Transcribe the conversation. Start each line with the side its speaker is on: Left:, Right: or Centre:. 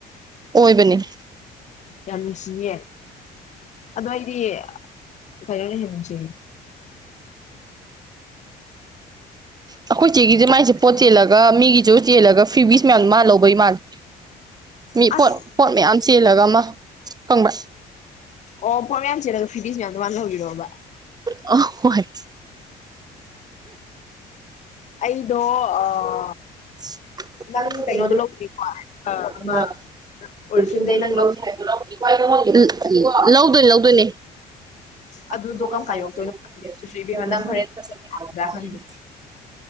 Right: ꯑꯣꯏꯕꯅꯦ
Left: ꯌꯥꯝꯃꯤꯁꯤꯌꯦꯦ ꯑꯗꯣ ꯑꯩꯗꯤ ꯀꯩꯅꯣꯅ ꯍꯦꯟꯁ
Right: ꯑꯩꯈꯣꯏ ꯏꯆꯦꯒꯤꯁꯦ ꯃꯥꯏꯁꯦ ꯄꯣꯠ ꯆꯦꯜꯂꯒ ꯃꯤꯒꯤꯁꯨ ꯆꯦꯜꯂꯒ ꯐ꯭ꯤ ꯕꯤꯤꯁ ꯃꯌꯥꯝꯗ ꯃꯥꯜ ꯂꯧꯕꯩ ꯃꯥꯜꯂꯦ ꯃꯤ
Left: ꯑꯁ
Right: ꯄꯣꯠ ꯄꯣꯠ ꯃꯌꯥꯝ ꯆꯦꯜꯂꯒ ꯑꯃ ꯀꯪꯕ꯭ꯔꯥ
Left: ꯑꯣ ꯄꯣꯏ ꯃꯌꯥꯝ ꯆꯦꯜꯂꯒ ꯐꯤꯇꯤꯁ ꯃꯌꯥꯝꯗꯣ ꯃꯥꯅ ꯂꯧꯕꯤꯔꯛꯕ
Right: ꯑ ꯍꯣꯏ
Left: ꯑꯩꯗꯣ ꯑ
Right: <unintelligible>
Left: ꯅꯪ ꯀꯩꯅꯣꯗꯣ ꯂꯧꯗ꯭ꯔꯤ ꯑꯃ
Right: ꯅꯪꯀꯣ
Left: ꯑꯣꯔꯤꯐꯤꯟꯗꯩ
Right: ꯎꯟꯁꯤꯟ ꯅꯪꯕ
Left: ꯅꯪ ꯂꯧ
Right: <unintelligible> <unintelligible> ꯂꯧꯗꯣꯏꯅꯦ ꯂꯧꯗꯣꯏꯅꯦ <unintelligible>
Left: ꯑꯗꯨꯗꯣ ꯀꯔꯝ ꯀꯥꯟ ꯌꯧꯔꯛꯇꯣꯏꯅꯣ ꯈꯪꯗꯦ ꯑꯗꯨꯁꯨ ꯏꯕꯦꯝꯃ ꯅꯪ ꯍꯣꯔꯦꯟ ꯂꯥꯛꯀꯗ꯭ꯔꯥ ꯈꯪꯗꯦ